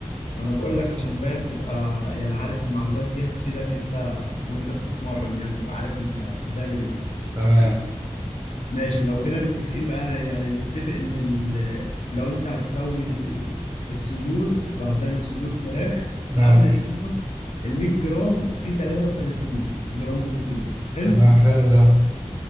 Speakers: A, on the left; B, on the right.
A: ما انا بقول لك عشان فاهم تبقى يعني عارف المعلومات دي هتفيدك انت وانت بتتمرن يعني تبقى عارف انت هتعمل ايه
B: تمام
A: ماشي لو كده متفقين بقى يعني نتفق ان ال... لو انت هتسوي الصدور لو هتعمل صدور فراخ
B: ماشي
A: فقبل السمك ال 100 جرام فيه 33 جرام بروتين حلو
B: تمام حلو ده